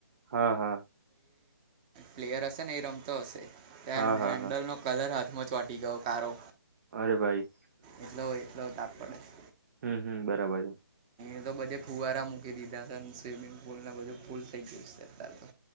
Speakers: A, on the right; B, on the right.
A: હા હા
B: પ્લેયર હશે ને એ રમતો હશે ત્યાર
A: હા હા
B: હેન્ડલ
A: હા
B: નો કલર હાથમાં ચોંટી ગયો કારો
A: અરે ભાઈ
B: એટલો એટલો તાપ પડે છે
A: હમ હમ બરાબર છે.
B: અ તો બધે ફુવારા મૂકી દીધા હતા ને સ્વિમિંગ પુલ ને બધું ફૂલ થઇ ગ્યું સે અત્યાર તો